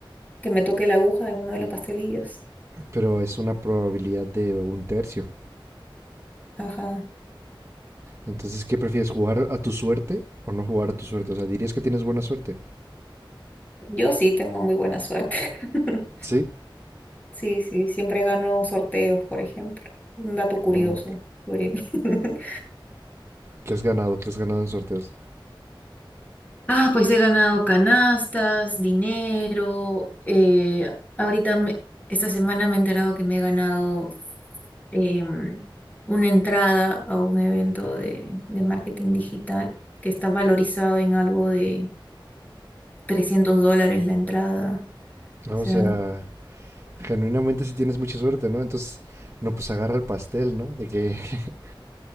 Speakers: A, on the left; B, on the right.
A: que me toque la aguja en uno de los pastelillos.
B: Pero es una probabilidad de un tercio.
A: Ajá.
B: Entonces, ¿qué prefieres? ¿Jugar a tu suerte o no jugar a tu suerte? O sea, ¿dirías que tienes buena suerte?
A: Yo sí tengo muy buena suerte. <laughs>
B: Sí.
A: Sí, sí, siempre gano sorteos, por ejemplo. Un dato curioso
B: Oh,
A: sobre mí. <laughs>
B: que has ganado, que has ganado en sorteos.
A: Ah, pues he ganado canastas, dinero. eh, ahorita, me- esta semana me he enterado que me he ganado em, una entrada a un evento de, de marketing digital que está valorizado en algo de 300 dólares la entrada.
B: ¿no?
A: O sea,
B: O sea, genuinamente si tienes mucha suerte, ¿no? Entonces, no, pues agarra el pastel, ¿no? De que, <laughs>